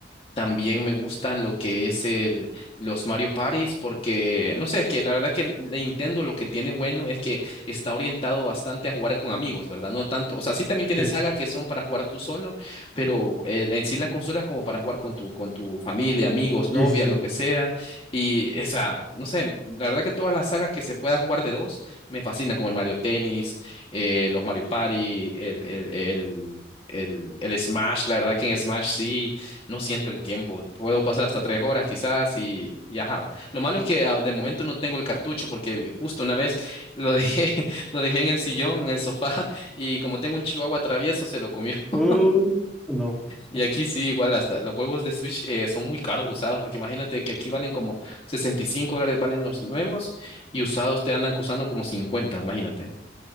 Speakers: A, on the left (about 30°); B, in the centre.
A: También me gustan lo que es el, los Mario Parties porque, no sé, es que la verdad que el Nintendo lo que tiene bueno es que está orientado bastante a jugar con amigos, ¿verdad? No tanto, o sea, sí también tiene
B: Sí,
A: sagas que son para jugar tú solo, pero eh, en sí la consola es como para jugar con tu, con tu familia, amigos, novia,
B: sí, sí, sí.
A: lo que sea. Y esa, no sé, la verdad que todas las sagas que se pueda jugar de dos me fascinan, como el Mario Tennis, eh, los Mario Party, el, el, el, el, el Smash, la verdad que en Smash sí. No siento el tiempo. Puedo pasar hasta tres horas quizás y, y ajá. va. Lo malo es que ah, de momento no tengo el cartucho porque mi- justo una vez lo dejé, <laughs> lo dejé en el sillón, en el sofá <laughs> y como tengo un chihuahua travieso se lo comió.
B: Uh,
A: <laughs>
B: no, pues
A: Y
B: no.
A: aquí sí, igual hasta los juegos de Switch eh, son muy caros usados porque imagínate que aquí valen como 65 dólares valen los nuevos y usados te andan costando como cincuenta imagínate.